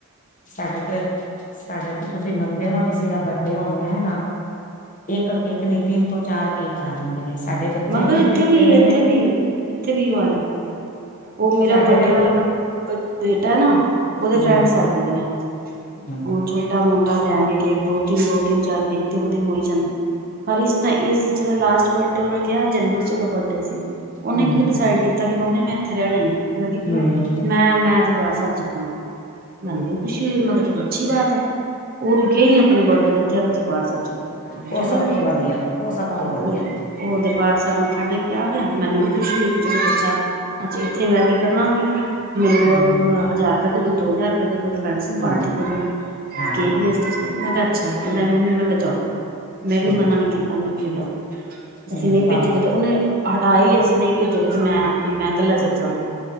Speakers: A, on the left; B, on the right.
A: ਸਾਡੇ ਤੇ, ਸਾਡੇ ਤੋਂ ਤੁਸੀਂ ਮੰਨਦੇ ਓ ਨਾਂ ਕਿਸੇ ਦਾ ਬਰਡੇ ਹੁੰਦਾ ਐ ਨਾਂ। ਇੱਕ ਕੇਕ ਨੀਂ, ਤਿੰਨ ਤੋਂ ਚਾਰ ਕੇਕ ਆ ਜਾਂਦੇ ਨੇਂ, ਸਾਡੇ ਬੱਚੇ
B: ਮਤਲਬ
A: ਇੰਨੇ
B: ਇੱਥੇ
A: ਫਿੱਟੇ
B: ਵੀ
A: ਦੇ
B: ਇੱਥੇ
A: ਨੇਂ।
B: ਵੀ ਇੱਥੇ ਵੀ ਉਹ ਨਾ ਉਹ ਮੇਰਾ
A: ਸਾਡੇ
B: ਵੱਡੇ
A: ਦੇ
B: ਵਾਲਾ ਬ ਬ ਬੇਟਾ ਏ ਨਾਂ, ਉਹਦੇ
A: ਹੂੰ
B: ਫਰੈਂਡਸ ਆ ਜਾਂਦੇ ਨੇਂ।
A: ਹੂੰ
B: ਉਹ ਛੋਟਾ-ਮੋਟਾ ਲਿਆਂ ਕੇ ਕੇਕ ਦੋ-ਤਿੰਨ, ਦੋ-ਤਿੰਨ, ਚਾਰ ਕੇਕ ਤੇ ਉਹਦੇ ਹੋਈ ਜਾਂਦੇ। ਪਰ ਇਸ ਤਾਂ, ਇਸ ਜਿਹੜਾ ਲਾਸਟ ਬਰਡੇ ਉਹਦਾ ਗਯਾ ਜਨਵਰੀ ਚ ਉਹਦਾ ਬਰਡੇ ਸੀ। ਉਹਨੇ
A: ਹੂੰ
B: ਕੀ ਡਿਸਾਈਡ ਕੀਤਾ ਕਿ ਮੰਮੀ ਮੈਂ ਤੇ ਇੱਥੇ ਰਹਿਣਾ ਈ ਨੀਂ। ਮੈਂ ਕਿਹਾ
A: ਹੂੰ
B: ਕਿਉਂ? ਮੈਂ, ਮੈਂ ਦਰਬਾਰ ਸਾਹਿਬ ਜਾਨਾ। ਹਾਂ, ਹਾਂਜੀ। ਮੈਂ ਕਿਹਾ ਚਲੋ ਅੱਛੀ ਬਾਤ ਐ, ਉਹ ਰੁਕਿਆ ਈ ਨੀਂ ਆਪਣੇ ਬਰਡੇ ਦੇ ਉੱਥੇ, ਦਰਬਾਰ ਸਾਹਿਬ ਚਲਾ ਗਿਆ। ਮੈਂ ਕਿਹਾ
A: ਉਹ ਸਭ
B: ਚਲੋ ਇਹ ਗੱਲ
A: ਤੋਂ ਵਧੀਆ, ਉਹ ਸਭ
B: ਹਾਂ
A: ਤੋਂ ਵਧੀਆ।
B: ਉਹ ਉਹ ਦਰਬਾਰ ਸਾਹਿਬ ਮੱਥਾ ਟੇਕ ਕੇ ਆ ਗਿਆ, ਮੈਨੂੰ ਵੀ ਖੁਸ਼ ਹੋਈ ਕਿ ਚਲੋ ਬੱਚਾ। ਅੱਛਾ ਇੱਥੇ ਬੇਅ ਕੇ ਕਰਨਾ ਕੀ ਸੀ। ਮੇਰੇ ਕੋਲ
A: ਹੂੰ
B: ਹਜ਼ਾਰ ਰੁਪਆ ਦੇ ਦਓ, ਦੋ ਹਜ਼ਾਰ ਫਰੈਂਡਸ ਨੂੰ
A: ਹੂੰ
B: ਪਾਰਟੀ ਦੇਣੀ
A: ਹਾਂ
B: ਕੇਕ ਵੇਸਟਏਜ ਕਰ ਮੈਂ ਕਿਹਾ, ਅੱਛਾ। ਕਹਿੰਦਾ ਮੰਮੀ ਮੈਂ ਕਿਹਾ ਜਾਓ। ਮੈਂ
A: ਸਹੀ
B: ਵੀ ਮਨਾ
A: ਗੱਲ
B: ਨ੍ਹੀਂ ਕੀਤਾ। ਮੈਂ ਕਿਆ ਜਾਓ।
A: ਨਹੀਂ
B: ਤੁਸੀਂ
A: ਨਹੀਂ
B: ਨਈਂ
A: ਬਾਪ
B: ਭੇਜਗੇ ਤਾਂ ਉਹਨੇਂ ਹਟਾ ਹੀ ੳਸਨੇ ਨਹੀਂ ਭੇਜੋਗੇ ਤੇ ਮੈਂ, ਮੈਂ ਕੱਲਾ ਚੱਲ ਜਾਂਗਾ,